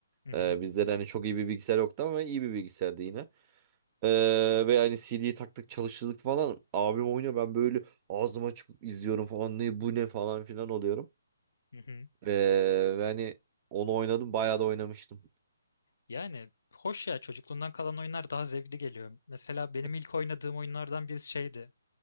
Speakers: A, on the left (about 60°); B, on the right (about 30°).
A: hı hı,
B: Ee, bizde de hani çok iyi bir bilgisayar yoktu ama iyi bir bilgisayardı yine. Ee, ve hani CD'yi taktık çalıştırdık falan. Abim oynuyor ben böyle ağzım açık izliyorum falan ne bu ne falan filan oluyorum.
A: hı hı.
B: Ee, yani onu oynadım bayağı da oynamıştım.
A: Yani hoş ya çocukluğundan kalan oyunlar daha zevkli geliyor. Mesela benim
B: Evet,
A: ilk oynadığım oyunlardan birisi şeydi.